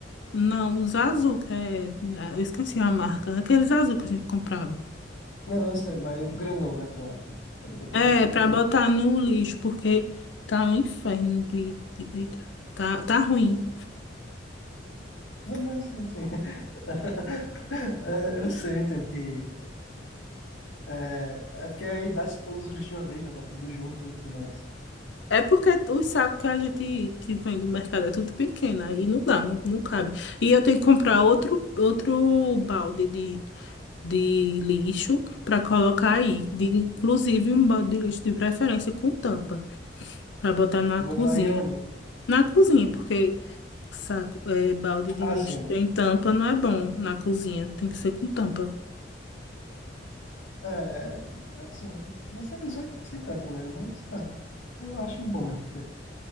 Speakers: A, on the left; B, on the left.
A: Não, os azul, que é... ah, Eu esqueci a marca. Aqueles azul que a gente comprava.
B: Não, eu sei, mas o grandão, né? Pra poder botar
A: É,
B: um monte de.
A: pra botar no lixo, porque tá um inferno de... de- Eita, tá, tá ruim.
B: Não, mas assim. <laughs> É, eu sei, entendo que. É, é porque aí dá todos os lixos de uma vez, né? Bota tudo junto e tudo mais.
A: É porque os sacos que a gente que vem do mercado é tudo pequeno, aí não dá, não, não cabe. E eu tenho que comprar outro, outro balde de, de lixo para colocar aí. De- inclusive um balde de lixo de preferência com tampa, para botar na
B: Vou
A: cozinha.
B: botar aí onde?
A: Na cozinha, porque Saco, é, balde de
B: Ah,
A: lixo.
B: sim.
A: Tem tampa, não é bom na cozinha. Tem que ser com tampa.
B: É, assim, eu sempre usei sem tampa mesmo, mas tá. Eu acho bom mesmo ter.